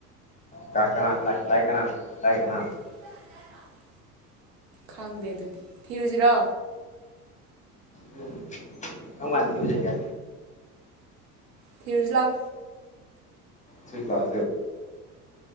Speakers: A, on the left; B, on the right.
A: ꯀꯥꯏ ꯀꯅꯥ ꯂꯥꯏ ꯇꯥꯏ ꯀꯅꯥ ꯇꯥꯏ ꯀꯅꯥ
B: <inaudible> ꯈꯪꯗꯦ ꯑꯗꯨꯗꯤ ꯊꯤꯔꯨꯖꯤꯔꯣ
A: ꯎꯝ ꯀꯝ ꯀꯥꯟ ꯊꯤꯔꯨꯖꯤꯒꯦ
B: ꯊꯤꯔꯨꯖꯤ ꯂꯥꯎ
A: ꯊꯤꯌꯨꯖꯤ ꯂꯥꯎ